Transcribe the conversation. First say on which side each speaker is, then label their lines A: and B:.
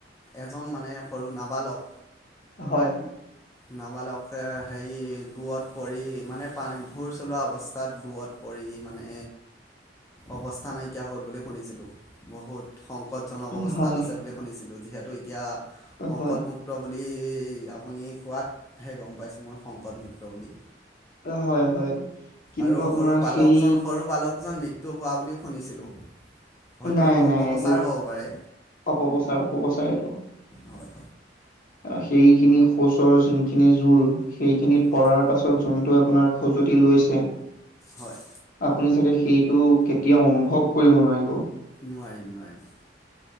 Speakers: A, on the left; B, on the left.
A: এজন মানে সৰু নাবালক
B: হয়।
A: নাবালকে হেৰি গোৱত পৰি মানে পানী ভোৰ চলোৱা অৱস্থাত গোৱত পৰি মানে অৱস্থা নাইকিয়া হ'ল বুলি শুনিছিলোঁ। বহুত সংকটজনক
B: উম,
A: অৱস্থাত
B: হয়
A: আছে বুলি শুনিছিলোঁ যিহেতু এতিয়া সংকট
B: হয়
A: মোক মুক্ত বুলি আপুনি কোৱাত হে গম পাইছো মই সংকটমু ত বুলি
B: হয় হয় কিন্তু
A: আৰু
B: আপোনাৰ
A: সৰু বালকজন,
B: সেই
A: সৰু বালকজন মৃ ত্যু হোৱা বুলিও শুনিছিলোঁ। হয়তো
B: নাই,
A: সেইটো
B: নাই
A: অপপ্ৰচাৰ
B: এইটো
A: হ'ব পাৰে
B: অপপ্ৰচাৰ হ'ব চাগে এইটো।
A: হয়
B: অ'সেইখিনি শৌচৰ যোনখিনি জোল সেইখিনিত
A: হয় হয়
B: পৰাৰ পাছত যোনটো আপোনাৰ খোজত লৈছে
A: হয়
B: আপুনি চাগে সেইটো কেতিয়াও অনুভৱ কৰিব নোৱাৰিব।
A: নোৱাৰিম-নোৱাৰিম।